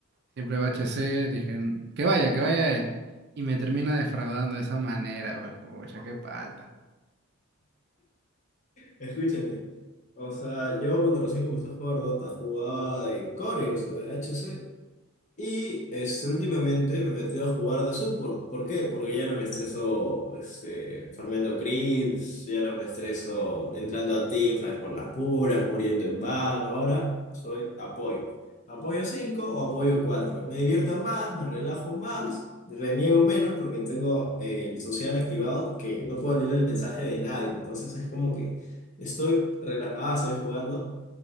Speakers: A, on the right (about 50°); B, on the left (about 35°).
A: siempre va a HC, dije, que vaya, que vaya él. Y me termina defraudando de esa manera, pues pucha, qué palta.
B: Escúchame. O sea, yo cuando recién comencé a jugar Dota jugaba de Core, o sea, de HC. Y este, últimamente me he metido a jugar de support. ¿Por qué? Porque ya no me estreso este, farmeando creeps, ya no me estreso entrando a teamfights por las puras, muriendo en vano. Ahora soy apoyo. Apoyo 5 o apoyo cuatro Me divierto más, me relajo más, reniego menos porque tengo eh, el social activado que no puedo leer el mensaje de nadie. Entonces es como que estoy relajada, estoy jugando.